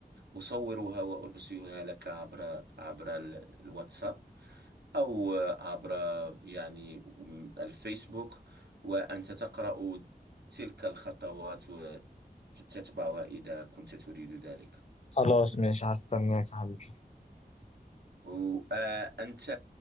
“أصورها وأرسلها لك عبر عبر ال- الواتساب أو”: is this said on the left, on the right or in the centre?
Right